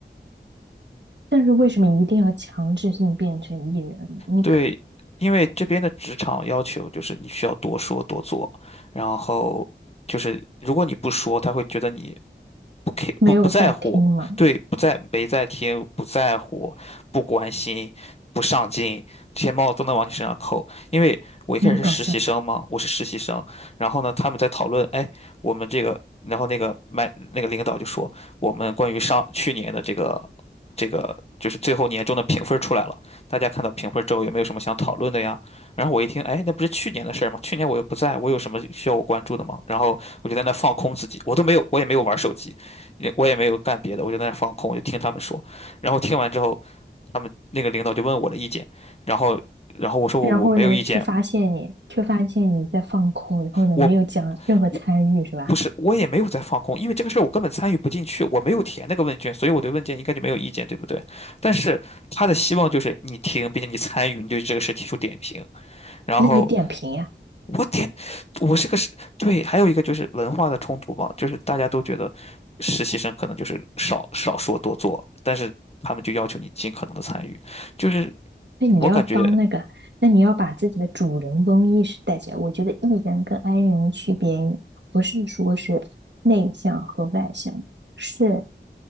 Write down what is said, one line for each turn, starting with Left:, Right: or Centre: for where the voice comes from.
Right: 但是为什么一定要强制性变成艺人？你可
Left: 对，因为这边的职场要求就是你需要多说多做，然后就是如果你不说，他会觉得你不 k
Right: 没有在听吗？
Left: 不不在乎，对，不在没在听，不在乎，不关心，不上进，这些帽子都能往你身上扣。因为我一开始是实习生嘛，
Right: 那么搞笑。
Left: 我是实习生，然后呢，他们在讨论，哎，我们这个，然后那个麦那个领导就说，我们关于上去年的这个这个就是最后年终的评分出来了，大家看到评分之后有没有什么想讨论的呀？然后我一听，哎，那不是去年的事儿吗？去年我又不在，我有什么需要我关注的吗？然后我就在那放空自己，我都没有，我也没有玩手机，也我也没有干别的，我就在那儿放空，我就听他们说。然后听完之后，他们那个领导就问我的意见，然后，然后我说我我没有意见，
Right: 然后呢，却发现你，却发现你在放空，然后呢，
Left: 我
Right: 没有讲任何参与，
Left: 我
Right: 是吧？
Left: 不是我也没有在放空，因为这个事儿我根本参与不进去，我没有填那个问卷，所以我对问卷应该就没有意见，对不对？但是他的希望就是你听，并且你参与，你对这个事提出点评，然后。
Right: 那你点评呀？
Left: 我天，我是个实，对，还有一个就是文化的冲突吧，就是大家都觉得实习生可能就是少少说多做，但是他们就要求你尽可能的参与，就是
Right: 那你要当那个，
Left: 我感觉
Right: 那你要把自己的主人翁意识带起来。我觉得 E 人跟 I 人的区别，不是说是内向和外向，是